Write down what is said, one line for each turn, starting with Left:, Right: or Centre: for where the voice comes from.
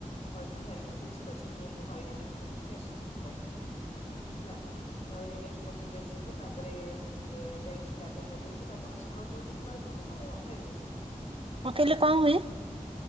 Left: ଖରକି ଖାରିକି ପୋଛି ପାଛିକି ନେଇକି ନଈରେ ନେଇକି ପକେଇକି ଆସୁ ସେଦିନ। ହେଲା ନଈରେ ନେଇକି ପକେଇକି ଆସିବୁ ତାପରେ ଏ ଯାଇକି ଗାଧେଇ ପାଧେଇକି ତାପ ତାପରେ ସକାଳୁତ ହେଉଛି କୁମାର ପୁର୍ଣିମା ଆଉ ଆମର ଏମିତି।
Right: ପକେଇଲେ କଣ ହୁଏ?